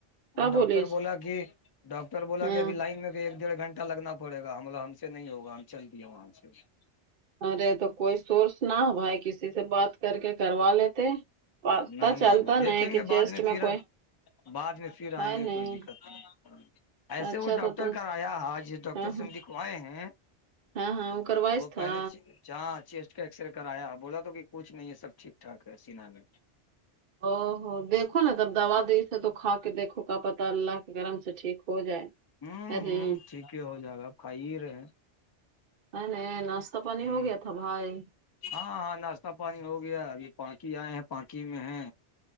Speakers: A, on the right; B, on the left.
A: کیا بولی
B: ڈاکٹر
A: اس
B: بولا کہ ڈاکر ر بولا
A: ہاں
B: کہبھی لائن میں بھی ایک ڈڑھ گھنٹہ لگنا پڑے گا ہم ہم سے نہیں ہوگ ہم چل دے وہاں سے <unintelligible>
A: ارے تو کوئی سورس نہ بھائی کسی سے بات کر کے کروا لیتے پت
B: نہیں
A: چلتا
B: دیکھیں
A: نہیں کہ
B: گے
A: چیسٹ
B: بعد
A: میں
B: پھر
A: کوئی
B: بعد میں پھر
A: ہاں
B: آئیں گے
A: نہیں
B: کوئی دقت نہیں ایسے
A: اچھا
B: وہ ڈاکٹر
A: تو تم
B: کرایا ج ڈاکٹر
A: ہاں ہاں
B: سے ہم <unintelligible> کئے ہیں
A: ہاں ہاں کروائس
B: وہ
A: تھا
B: پہلے چ <unintelligible> جہاں چیسٹ کا ایکسرے کرایا بولا تو کچھ نہیں ہے سب ٹھیک ٹھاک ہے سینا گ <unintelligible>
A: او ہو دیکھو نا تب دوا د <unintelligible> ے تو کھا کے دیکھو کا پتہ اللہ کہ گرم سے ٹھیک ہو جائے <unintelligible>
B: ہوں
A: ارے
B: ہوں ٹھیک ہی ہو جائے گا آپ کھائی ہی رہے ہیں
A: ا نہیں ناشتہ پانی
B: ہ
A: ہو گیا تھا بھائی <unintelligible>
B: ہاں ہاں ناشتہ پانی ہو گیا ابھی پانکی آئے ہیں پانکی میں ہے